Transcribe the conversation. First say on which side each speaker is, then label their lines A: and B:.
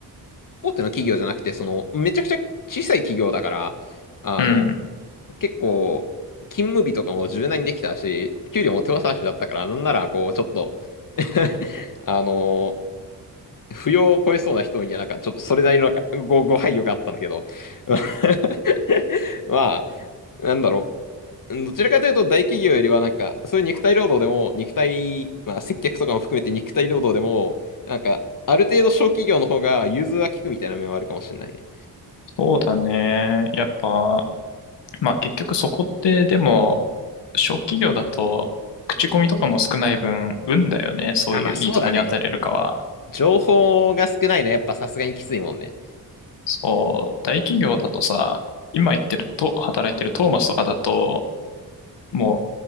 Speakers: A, on the left (about 50°); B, on the left (about 85°).
A: 大手の企業じゃなくて、その、めちゃくちゃ小さい企業だから、あの、
B: うん。
A: 結構、勤務日とかも柔軟にできたし、給料も手渡しだったから、なんなら、こう、ちょっと <laughs> あのー、扶養を超えそうな人には、なんか、ちょっとそれなりのなんかご、ご配慮があったんだけど。<laughs> まあ、なんだろう。どちらかというと大企業よりはなんか、そういう肉体労働でも、肉体、まあ接客とかも含めて肉体労働でも、なんか、ある程度小企業の方が融通は利くみたいな面はあるかもしれないね。
B: そうだね。やっぱ、まあ結局そこってでも、小企業だと口コミとかも少ない分、運だよね。そういういいとこに当たれるかは。
A: あ、まあそうだね。情報が少ないね。やっぱさすがにきついもんね。
B: そう、大企業だとさ、今言ってると、働いてるトーマスとかだと、も